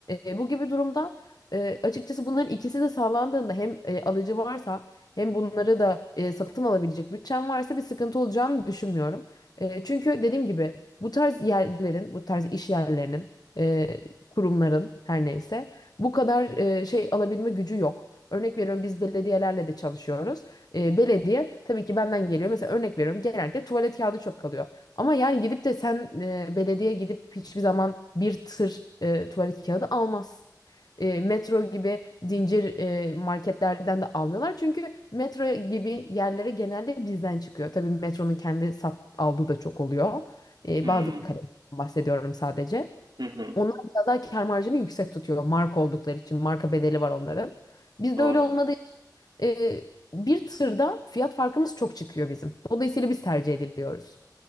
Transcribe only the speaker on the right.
Hmm,
hı hı,
doğru.